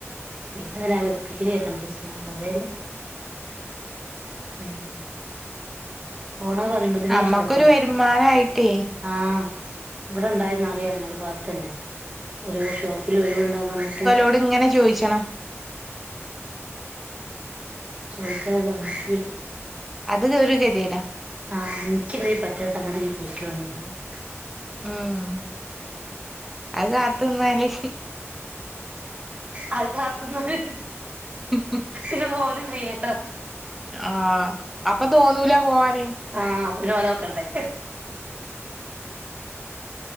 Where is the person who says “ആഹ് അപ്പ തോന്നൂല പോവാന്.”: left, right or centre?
Centre